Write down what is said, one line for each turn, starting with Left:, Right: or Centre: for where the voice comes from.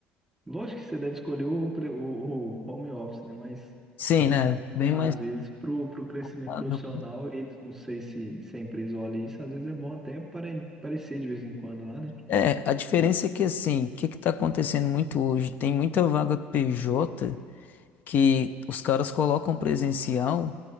Centre: Lógico que você deve escolher o, pre- o, o home office, né, mas
Left: Sim, né? Bem
Centre: às
Left: mais.
Centre: vezes pro, pro crescimento
Left: rentável.
Centre: profissional, eles, não sei se, se a empresa olha isso, às vezes é bom até pare- aparecer de vez em quando lá, né?
Left: É, a diferença é que assim, o que que tá acontecendo muito hoje? Tem muita vaga PJ que os caras colocam presencial,